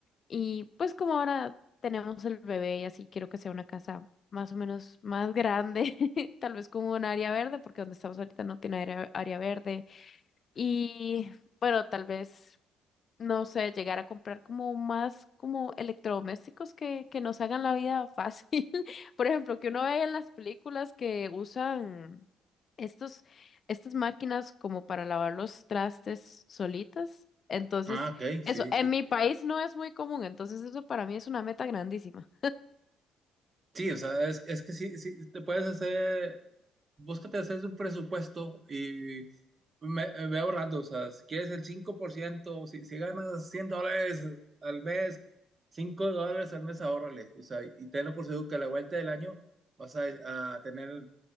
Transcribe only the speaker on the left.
Y pues como ahora tenemos el bebé y así quiero que sea una casa más o menos más grande, <laughs> tal vez con un área verde, porque donde estamos ahorita no tiene área área verde. Y bueno, tal vez no sé, llegar a comprar como más como electrodomésticos que, que nos hagan la vida fácil. <laughs> Por ejemplo, que uno vea en las películas que usan estos, estas máquinas como para lavar los trastes solitas. Entonces,
eso,
en
mi país
no es muy común, entonces eso para mí es una meta grandísima.